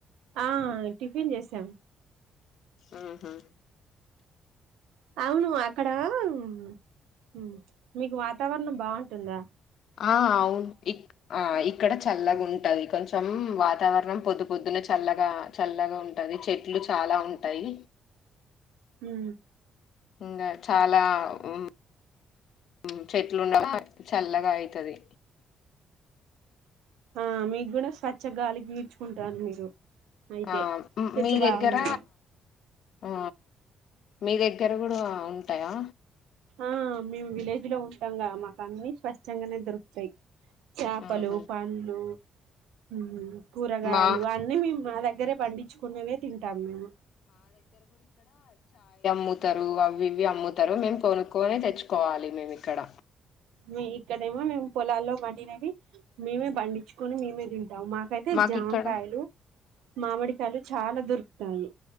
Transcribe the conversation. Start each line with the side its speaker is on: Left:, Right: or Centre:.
Right: ఆ టిఫిన్ చేసాం
Left: ఆహా
Right: అవును అక్కడ ఉ మీకు వాతావరణం బావుంటుందా.
Left: ఆ అవున్ ఇక్ ఆ ఇక్కడ చల్లగా ఉంటది కొంచెం వా తవరణం పొద్దు పొద్దున్న చల్లగా చల్లగా ఉంటది చెట్లు చాలా ఉంటాయి.
Right: ఉమ్
Left: ఇంగా చాలా ఉ ఉ చెట్లు ఉండగా చల్లగా అయితది
Right: ఆ మీకు కూడా స్వచ్ఛగాలి పిల్చుకుంటాను మీరు అయితే
Left: ఆ ఉ
Right: చెట్లు
Left: మీ
Right: బాగున్నాయి
Left: దగ్గర ఆ మీ దగ్గర కూడా అ ఉంటాయా
Right: ఆ మేము విలేజ్ లో ఉంటాం కద మాకు అన్ని స్వచ్ఛంగానే దొరుకుతాయి. చేపలు,
Left: మ్మ్హ.
Right: పండ్లు ఉమ్ కూరగాయలు
Left: మా
Right: అన్నీ మేము మా దగ్గ దగ్రే పండించుకునేవే తింటాం మేము.
Left: ముత అవి ఇవి అమ్ముతారు మేం కొను కునే తెచ్చుకోవాలి మేము ఇక్కడ
Right: మీ ఇక్కడేమో మేము పొలాల్లో పండినవి మేమే పండించుకొని మేమే తిం ఎవమ్మ మాకైతే
Left: మాకు
Right: జామకాయలు,
Left: ఇక్కడ
Right: మామిడికాయలు చాలా దొరుకు టాయి